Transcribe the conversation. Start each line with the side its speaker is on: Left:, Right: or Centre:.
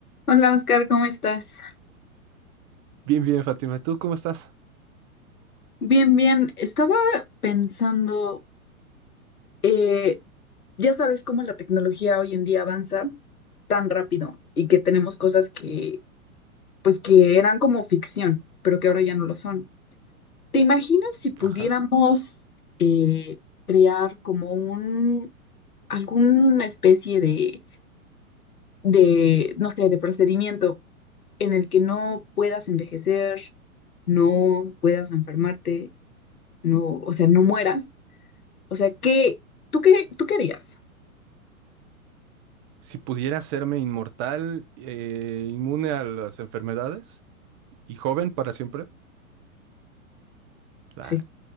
Left: Hola Oscar, ¿cómo estás?
Right: Bien, bien, Fátima. ¿Tú cómo estás?
Left: Bien, bien. Estaba pensando, eh, ya sabes cómo la tecnología hoy en día avanza tan rápido y que tenemos cosas que, pues, que eran como ficción, pero que ahora ya no lo son. ¿Te imaginas si pudiéramos
Right: Ajá.
Left: eh, crear como un, alguna especie de, de, no sé, de procedimiento en el que no puedas envejecer, no puedas enfermarte, no, o sea, no mueras? O sea, ¿qué, tú qué, tú qué harías?
Right: Si pudiera hacerme inmortal, eh, inmune a las enfermedades y joven para siempre. La,
Left: Sí,